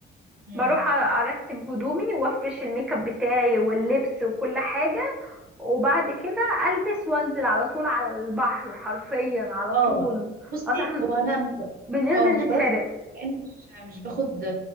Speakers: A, on the right (about 45°); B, in the centre.
A: مم.
B: بروح أ- ارتب هدومي وافرش الميك اب بتاعي واللبس وكل حاجه وبعد كده البس وانزل على طول على البحر حرفيا على
A: اه
B: طول
A: بصي
B: اصلا
A: وانا مش ب...
B: بننزل
A: اه
B: نتحرق
A: مش برد يعني مش مش باخد